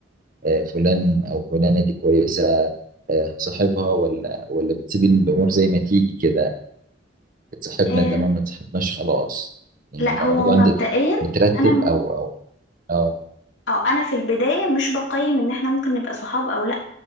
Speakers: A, on the right; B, on the left.
A: آه فلان او فلانة دي كويسة آه صاحبها ولا ولا بتسيبي الامور زي ما تيجي كده اتصاحبنا
B: إيه.
A: تمام ما اتصاحبناش خلاص يعني
B: لا
A: الموضوع
B: هو مبدئيا
A: عندك مترتب
B: أنا
A: او او اه
B: اه انا في البدايه مش بقيم ان احنا ممكن نبقى صحاب او لا